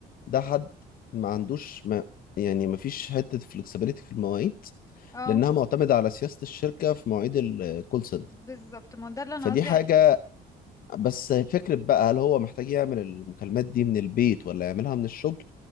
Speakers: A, on the left; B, on the left.
A: ده حد ما عندوش ما يعني ما فيش حتة فلكسبيليتي في المواعيد
B: اه
A: لأنها معتمدة على سياسة الشركة في مواعيد الكول سنتر
B: بالظبط ما ده اللي انا
A: فدي
B: قصدي
A: حاجة
B: عليه
A: بس فكرة بقى هل هو محتاج يعمل المكالمات دي من البيت ولا يعملها من الشغل